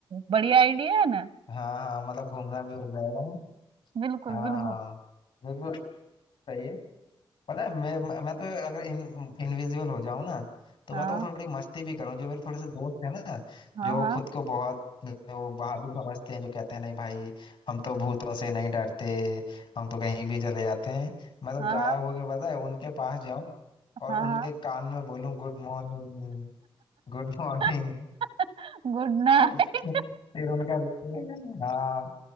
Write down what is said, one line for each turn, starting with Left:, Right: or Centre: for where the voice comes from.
Right: बढ़िया आइडिया है ना
Left: हाँ हाँ मतलब घूमना भी हो जाएगा
Right: बिल्कुल
Left: हाँ
Right: बिल्कुल
Left: बिल्कुल सही है पता है मैं मैं तो अगर इन, इनविजिबल हो जाऊं ना तो
Right: हाँ
Left: मैं तो थोड़ी मस्ती भी करूं जो मेरे थोड़े से दोस्त हैं ना
Right: हाँ
Left: जो
Right: हाँ
Left: खुद को बहुत वो बहादुर समझते हैं जो कहते हैं नहीं भाई हम तो भूतों से नहीं डरते हम तो कहीं भी चले जाते हैं मैं तो
Right: हाँ
Left: गायब
Right: हाँ
Left: होके पता है उनके पास जाऊं और
Right: हाँ
Left: उनके
Right: हाँ
Left: कान में बोलूं गुड मॉर्निंग गुड मॉर्निंग
Right: <laughs> Good night
Left: <laughs> फिर उनका हाँ